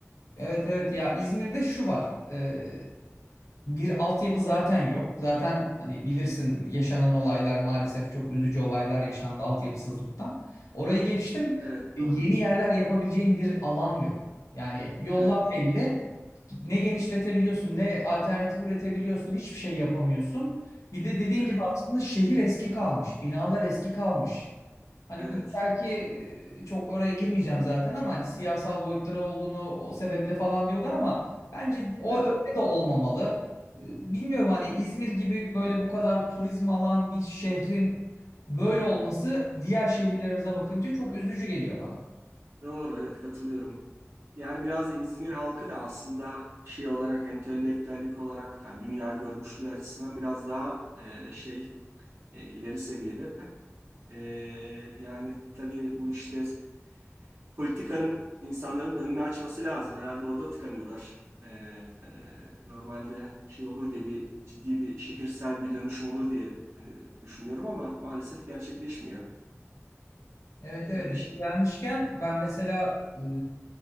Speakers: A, on the left; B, on the right.
A: evet evet ya İzmir'de şu var. Ee, bir altyapı zaten yok. Zaten hani bilirsin yaşanan olaylar maalesef çok üzücü olaylar yaşandı altyapısızlıktan. Orayı geçtim.
B: Evet
A: e,
B: doğru.
A: Yeni yerler yapabileceğin bir alan yok. Yani yollar
B: Evet,
A: belli. Ne genişletebiliyorsun, ne alternatif üretebiliyorsun, hiçbir şey yapamıyorsun. Bir de dediğin
B: evet,
A: gibi aslında şehir eski kalmış, binalar eski kalmış. Hani
B: evet, evet.
A: bu belki e, çok oraya girmeyeceğim zaten ama hani siyasal boyutları olduğunu o sebeple falan diyorlar ama bence o
B: evet.
A: öyle de olmamalı. E, Bilmiyorum hani İzmir gibi böyle bu kadar turizm alan bir şehrin böyle olması diğer şehirlerimize bakınca çok üzücü geliyor bana.
B: Doğru, evet katılıyorum. Yani biraz İzmir halkı da aslında şey olarak, entelektüellik olarak, yani dünya görmüşlüğü açısından biraz daha e, şey e, ileri seviyede. E, yani tabii bu işte politikanın insanların da önünü açması lazım. Herhalde orada tıkanıyorlar. E, e, normalde şey olur diye bir ciddi bir şehirsel bir dönüşüm olur diye e, düşünüyorum ama maalesef gerçekleşmiyor.
A: Evet evet
B: E, şey,
A: yeni gelmişken ben mesela e,